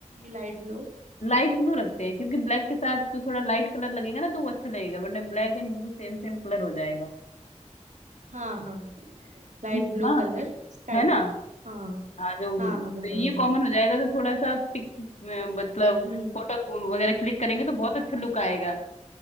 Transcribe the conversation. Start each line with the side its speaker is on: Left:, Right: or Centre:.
Right: लाइट ब्लू
Left: लाइट ब्लू रखते हैं क्योंकि ब्लैक के साथ जो थोड़ा लाइट कलर लगेगा ना तो वो अच्छा लगेगा वरना black and blue same same colour हो जाएगा
Right: हाँ हाँ Light
Left: ठीक
Right: blue
Left: हाँ
Right: colour sky
Left: है
Right: blue
Left: ना
Right: हाँ
Left: हाँ जो
Right: हाँ हाँ
Left: तो
Right: बराबर
Left: ये
Right: बराबर।
Left: कॉमन हो जाएगा तो थोड़ा सा पिक मतलब
Right: हम्म
Left: फोटो वगैरह क्लिक करेंगे तो बहुत अच्छा लुक आएगा